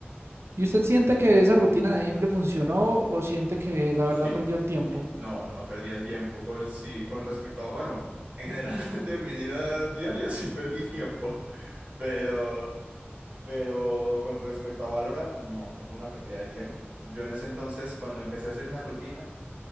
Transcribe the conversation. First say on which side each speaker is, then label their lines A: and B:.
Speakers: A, on the right (about 75°); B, on the right (about 35°).
A: ¿Y usted siente que esa rutina de aim le funcionó o siente que la
B: Sí,
A: verdad perdió el tiempo?
B: sí, no, no perdí el tiempo, co- sí, con respecto a, bueno, en general <laughs> de mi vida diaria sí perdí tiempo, pero... Pero con respecto a Valorant, no, no fue una pérdida de tiempo. Yo en ese entonces, cuando empecé a hacer esa rutina,